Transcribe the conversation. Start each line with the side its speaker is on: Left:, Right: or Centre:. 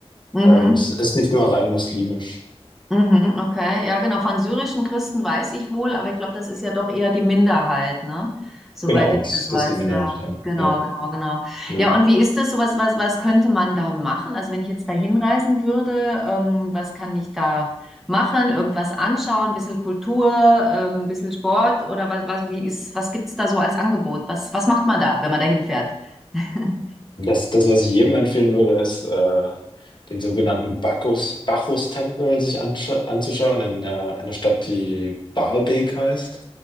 Centre: Mhm.
Left: Ähm, es ist nicht nur rein muslimisch.
Centre: Mhm, okay, ja genau. Von syrischen Christen weiß ich wohl, aber ich glaube, das ist ja doch eher die Minderheit, ne? Soweit
Left: Genau,
Centre: ich
Left: das,
Centre: das weiß,
Left: das ist die Minderheit.
Centre: ja.
Left: Ja,
Centre: Genau,
Left: ja.
Centre: genau, genau.
Left: ja.
Centre: Ja, und wie ist das? So was, was, was könnte man da machen? Also wenn ich jetzt da hinreisen würde, ähm, was kann ich da machen? Irgendwas anschauen, ein bisschen Kultur, ähm, ein bisschen Sport oder was, was, wie ist, was gibt's da so als Angebot? Was, was macht man da, wenn man da hinfährt? <laughs>
Left: Das, das, was ich jedem empfehlen würde, ist, äh, den sogenannten Bacchus, Bacchus-Tempel sich ansch- anzuschauen in äh, einer Stadt, die Baalbek heißt.